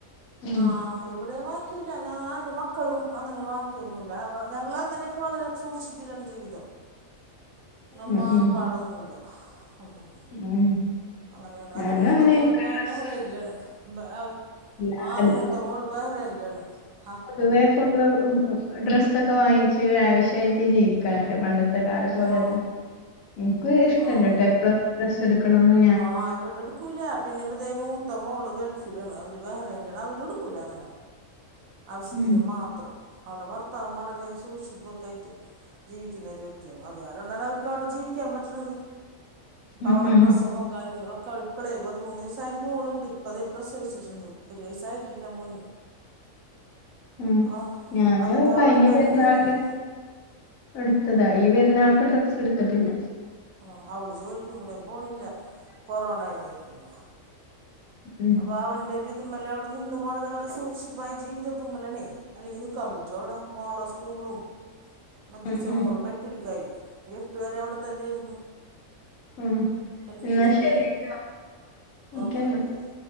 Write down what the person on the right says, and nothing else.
ആഹ് ഇവിടേം വാങ്ങിക്കൂല ഞാൻ എന്റെ മ ക്കളും അങ്ങനെ വാങ്ങിക്കൊന്നുല്ല വ ഞങ്ങള് അങ്ങനൊക്കെ വളരെ സൂക്ഷിപ്പില്ലാണ് ജീവിതം നമ്മ
ആർബാടൊന്നുല്ല
ഉം ഉം
അങ്ങനെന്നുല്ല
എന്റെ മൂത്ത
മോളിപ്പോ
ബെഹറേനിലാണ് ബ
ആഹ്
മൂത്ത മോള് ബെഹറേനിലാണ് ആഹ്
ആഹ്
ആഹ്
ആഹ് ഇവടെ എടുക്കൂലാ പിന്നെ അതേ മൂത്ത മോള് ഗൾഫിലാണ് അവര് ബെഹറേനിലാണ് അവരും എടുക്കൂല അങ്ങനെ ആവശ്യത്തിന്
മാത്രം ആളെ ഭർത്താവും വളരെ സൂക്ഷിപ്പൊക്കെ ആയിറ്റ് ജീവിക്കുന്ന ഒരു വ്യക്തിയാണ് അത് കാരണം അവര്ക്ക് അവടെ ജീവി ക്കാൻ പറ്റണത് ഇപ്പം
അവളെ
പ്രസവും കാര്യങ്ങളൊക്കെ അവള് ഇപ്പളേ പതിമൂന്ന് വയസ്സായ മോളിണ്ട് ഇപ്പതേ പ്രസവിച്ചിട്ട്ണ്ട് ഒരു വയസ്സായിട്ടില്ല മോന്
അപ്പോൾ
അതൊക്കെ
അവിടെ തന്നെ
ഇരുന്നു
ആഹ് അവള് ജോലിക്കും കൂടെയും പോണില്ല കൊറോണ കഴിഞ്ഞേ പിന്നേ
ഇപ്പൊ അവന്റെ ഒരു ഇതുമ്മലവടെ നിന്നു പോണത് അവരെ സൂക്ഷിപ്പായ ജീവിതത്തുമ്മലാണേ അല്ലെങ്കി നിക്കാൻ പറ്റോ അവടെ മോളെ സ്കൂളും മദ്രസ
മോളിപ്പ എട്ടിൽക്കായി ഈ എട്ട് വരെ അവടെ തന്നെ ആയിരുന്നു
എൽ
കെ ജി ഒടങ്ങി
ഓക്കേ
ഓക്കേ ഓ